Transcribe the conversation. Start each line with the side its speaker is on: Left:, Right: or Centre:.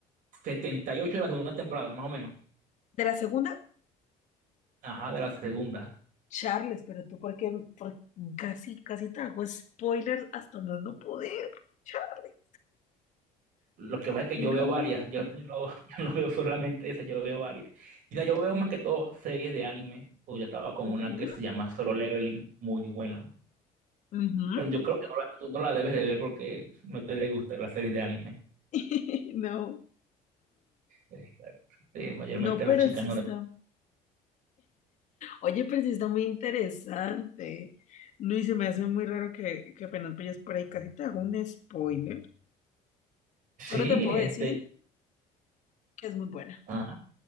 Right: 78 de la segunda temporada, más o menos.
Left: ¿De la segunda?
Right: Ajá, de la segunda.
Left: Charles, pero tú por qué, por- casi, casi te hago spoilers hasta más no poder, Charles.
Right: Lo que pasa es que
Left: No.
Right: yo veo varias, yo, yo no, <laughs> yo no veo solamente esa, yo veo varias. Mira, yo veo más que todo series de anime, o yo estaba con
Left: Ujú,
Right: una que se llama Solo Leveling, muy buena.
Left: ujú.
Right: Bueno, yo creo que no la, tú no la debes de ver porque no te gustan las series de anime.
Left: <laughs> No,
Right: Exacto. Sí, mayormente
Left: no,
Right: las
Left: pero
Right: chicas
Left: sí
Right: no
Left: está.
Right: le...
Left: Oye, pero sí está muy interesante. No, y se me hace muy raro que, que apenas vayas por ahí, casi te hago un spoiler.
Right: Sí,
Left: Solo te puedo
Right: este,
Left: decir que es muy buena
Right: ajá,